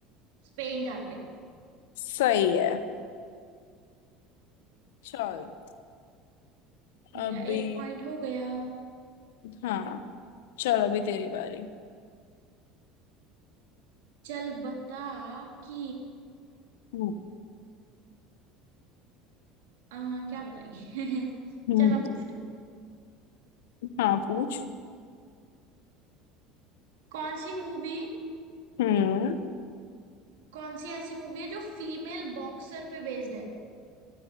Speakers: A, on the right; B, on the left.
A: स्पेन जाते हैं
B: सही है चल
A: मेरा
B: अभी
A: एक पॉइंट हो गया
B: हाँ चल अभी तेरी बारी
A: चल बता कि
B: हम्म
A: आ, क्या बताइए
B: हम्म,
A: <laughs> चल मैं पूछती हूँ
B: हाँ पूछ
A: कौन सी मूवी
B: हम्म
A: कौन सी ऐसी मूवी है जो फीमेल बॉक्सर पे बेस्ड है